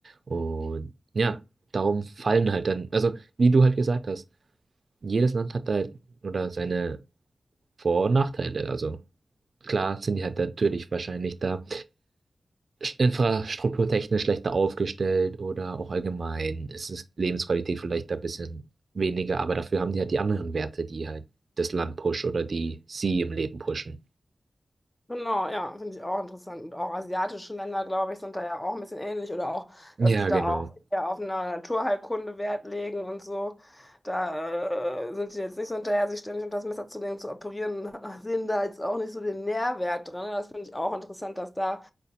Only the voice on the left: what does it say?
Genau, ja, finde ich auch interessant. Und auch asiatische Länder, glaube ich, sind da ja auch ein bisschen ähnlich oder auch,
dass die da
auch eher auf eine Naturheilkunde Wert legen und so. Da äh, sind die jetzt nicht so hinterher, sich ständig unter das Messer zu legen, zu operieren, <laughs> sehen da jetzt auch nicht so den Nährwert drin. Das finde ich auch interessant, dass da